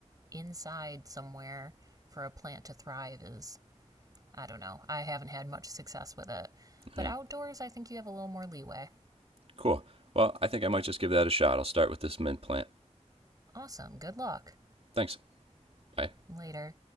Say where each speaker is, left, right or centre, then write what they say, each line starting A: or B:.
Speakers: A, on the right; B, on the right.
A: inside somewhere for a plant to thrive is, I don't know. I haven't had much success with it. But
B: Yeah,
A: outdoors, I think you have a little more leeway.
B: cool. Well, I think I might just give that a shot. I'll start with this mint plant.
A: Awesome. Good luck.
B: Thanks. Bye.
A: Later.